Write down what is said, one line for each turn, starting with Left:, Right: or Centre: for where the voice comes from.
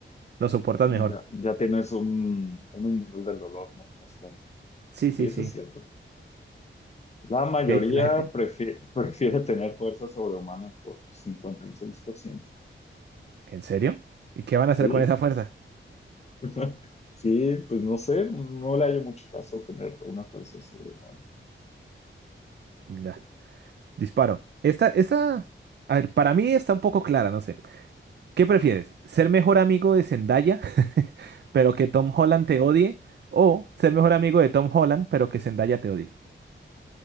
Right: lo soportas
Left: ya,
Right: mejor.
Left: ya tienes un, un nivel del dolor, ¿no? Más grande.
Right: Sí, sí,
Left: Sí, eso
Right: sí.
Left: es cierto. La mayoría
Right: ¿Qué dice la gente?
Left: prefi- <laughs> prefiere, tener fuerza sobrehumana por cincuenta y seis por ciento
Right: ¿Que en serio? ¿Y qué van a hacer
Left: Sí,
Right: con esa fuerza?
Left: <laughs> sí, pues no sé, no le hallo mucho caso tener una fuerza sobrehumana.
Right: Ya. Disparo. Esta, esta... A ver, para mí está un poco clara, no sé. ¿Qué prefieres? ¿Ser mejor amigo de Zendaya, <laughs> pero que Tom Holland te odie? ¿O ser mejor amigo de Tom Holland, pero que Zendaya te odie?